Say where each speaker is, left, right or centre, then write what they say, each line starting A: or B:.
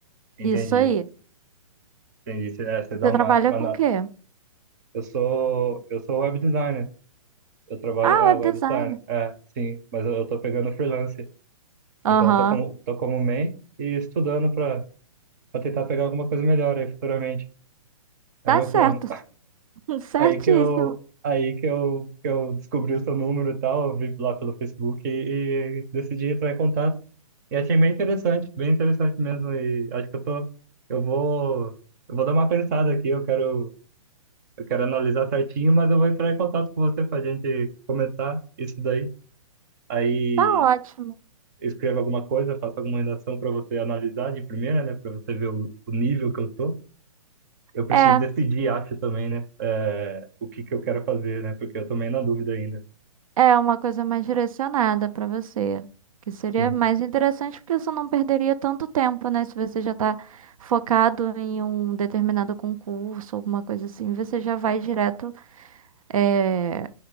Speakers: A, on the right (about 30°); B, on the right (about 70°).
A: entendi.
B: Isso aí.
A: Entendi. Você, é, você
B: Você
A: dá uma,
B: trabalha
A: uma.
B: com
A: na-
B: o quê?
A: Eu sou, eu sou web designer. Eu trabalho.
B: Ah,
A: É,
B: web
A: web
B: design.
A: design. É, sim. Mas eu, eu tô pegando freelance.
B: Aham.
A: Então eu tô como, tô como main e estudando pra, pra tentar pegar alguma coisa melhor aí futuramente. É
B: Tá
A: meu
B: certo.
A: plano.
B: <laughs> Certíssimo.
A: Aí que eu, aí que eu, que eu descobri o seu número e tal, vi lá pelo Facebook e, e decidi entrar em contato. E achei bem interessante, bem interessante mesmo. E acho que eu tô, eu vou, eu vou dar uma pensada aqui. Eu quero, eu quero analisar certinho, mas eu vou entrar em contato com você pra gente começar isso daí. Aí
B: Tá ótimo.
A: escreva alguma coisa, faça alguma redação pra você analisar de primeira, né? Pra você ver o, o nível que eu tô. eu preciso
B: É,
A: decidir, acho também, né? é, o que que eu quero fazer, né? Porque eu tô meio na dúvida ainda.
B: é uma coisa mais direcionada para você, que seria
A: Sim,
B: mais interessante porque você não perderia tanto tempo, né? Se você já tá focado em um determinado concurso, alguma coisa assim, você já vai direto, eh,